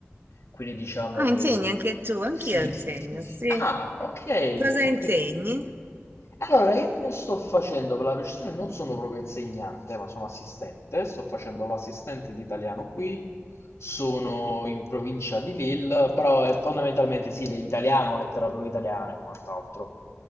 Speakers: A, on the left; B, on the right.
A: Quindi diciamo
B: Ah,
A: che...
B: insegni anche tu, anch'io
A: Sì,
B: insegno,
A: sì, sì, sì.
B: sì.
A: Ah, ok,
B: Cosa
A: ok,
B: insegni?
A: Allora, io non sto facendo per la precisione, non sono proprio insegnante, ma sono assistente. Sto facendo l'assistente di italiano qui. Sono in provincia di Lille, però è fondamentalmente sì, l'italiano, letteratura italiana e quant'altro.